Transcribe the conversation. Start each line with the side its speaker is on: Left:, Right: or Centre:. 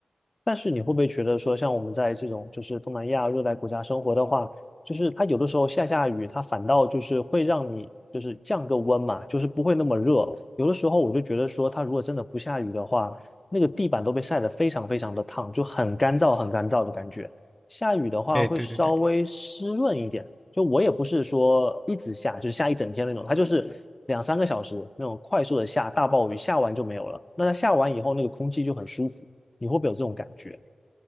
Left: 但是你会不会觉得说，像我们在这种就是东南亚热带国家生活的话，就是它有的时候下下雨，它反倒就是会让你就是降个温嘛，就是不会那么热。有的时候我就觉得说，它如果真的不下雨的话，那个地板都被晒得非常非常的烫，就很干燥很干燥的感觉。下雨的话会稍微湿润一点，
Centre: 哎，对对对，
Left: 就我也不是说一直下，就是下一整天那种，它就是两三个小时那种快速的下大暴雨，下完就没有了。那它下完以后，那个空气就很舒服。你会不会有这种感觉？